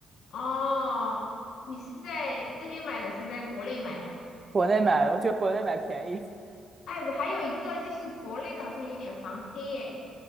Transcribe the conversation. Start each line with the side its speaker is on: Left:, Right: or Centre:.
Left: 哦，你是在这边买的，是在国内买的。
Right: 国内买的，我觉得国内买便宜。
Left: 哎，还有一个就是国内的好像有点防黑哎，